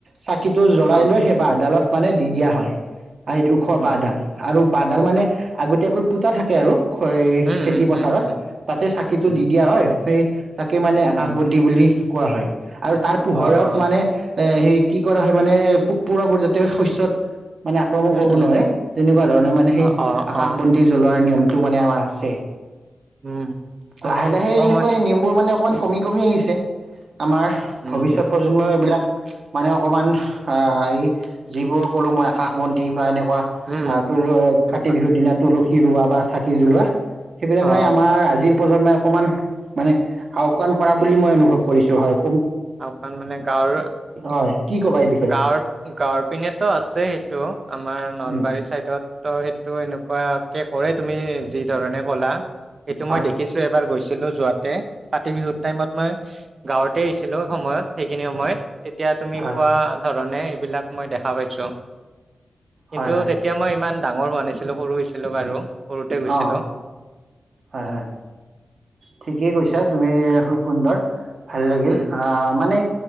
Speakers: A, on the right (about 55°); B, on the right (about 40°).
A: চাকিটো জ্বলাই
B: অ
A: লৈ সেই বাঁহ এডালত মানে দি দিয়া হয় আৰু উখ
B: উম
A: ব দাল। আৰু বাহ ডাল মানে আগতীয়াকৈ পোতা থাকে আৰু। হয়
B: উম
A: খেতি পথাৰত
B: উম উম
A: তাতে চাকিটো
B: উম
A: দি দিয়া হয়। সেই। তাকে মানে
B: উম
A: আকাশবন্তি
B: উম
A: বুলি কোৱা হয়। আৰু তাৰ পোহৰত
B: অ অ
A: মানে এ সেই কি কৰা হয় মানে পোক পৰুৱাবোৰ যাতে শস্যত মানে আক্ৰমণ
B: উম
A: কৰিব
B: উম
A: নোৱাৰে। তেনেকুৱা ধৰণৰ মানে সেই
B: অ অ
A: আকাশ
B: অ
A: বন্তি জ্বলোৱা নিয়মটো মানে আমাৰ আছে।
B: উম
A: লাহে লাহে
B: অ
A: এনেকুৱা
B: মই
A: এই নিমবোৰ মানে অকমান কমি কমি আহিছে। আমাৰ
B: উম
A: ভৱিষ্যত প্ৰজন্মৰ এইবিলাক মানে অকণমান এই যিবোৰ কলো মই আকাশ বন্তি বা এনেকুৱা।
B: উম
A: তুল
B: এনেকুৱা
A: কাতি বিহুৰ দিনা তুল। কি ৰোৱা বা চাকি জ্বলোৱা। সেইবিলাক
B: অ
A: মানে আমাৰ আজিৰ প্ৰজন্ম সমকমান মানে আওকাণ কৰা বুলি মই অনুভৱ কৰিছো য হয়ে
B: অকণ মানে গাঁৱৰ
A: হয় কি ক'বা এই বিষয়ে
B: গাঁৱৰ গাঁৱৰ পিনেতো আছে সেইটো আমাৰ নলবাৰী
A: উম,
B: চাইদত ত' সেইটো এনেকুৱাকে কৰে তুমি যি ধৰণে কলা সেইটো
A: হয়
B: মই দেখিছো এবাৰ গৈছ ছিলো যোৱাতে কাতি বিহুত টাইমত মই গাঁৱতে আহছিলো ছিলো সময়ত সেইখিনি সময়ত তেতিয়া তুমি
A: হয়
B: কোৱা ধৰ ণে এইবিলাক মই দেখা পাইছোঁ কিন্তু
A: হয় হয়
B: তেতিয়া মই ইমান ডাঙৰ হোৱানিছিলো সৰু হৈছিলো বাৰু সৰুতে গৈছিলো
A: অঁ হয়
B: উ
A: হয় ঠিকেই কৈছা তুমি খুব সুন্দৰ ভাল লাগিল
B: উম
A: আহ মানে